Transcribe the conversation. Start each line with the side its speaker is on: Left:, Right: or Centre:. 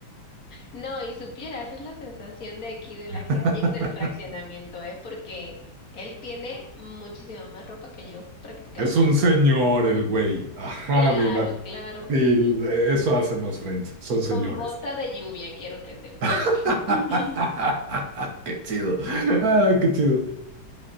Left: No, y supieras, es la sensación de aquí de
Right: <laughs>
Left: la calle y del fraccionamiento, ¿eh? Porque él tiene muchísima más ropa que yo, prácticamente.
Right: Es un
Left: <laughs>
Right: señor el güey. Ajá,
Left: Claro,
Right: mi man.
Left: claro.
Right: Y eso hacen los French, son señores.
Left: Con bota de lluvia, quiero que sepas.
Right: <laughs>
Left: <laughs>
Right: Qué chido. Ay, qué chido.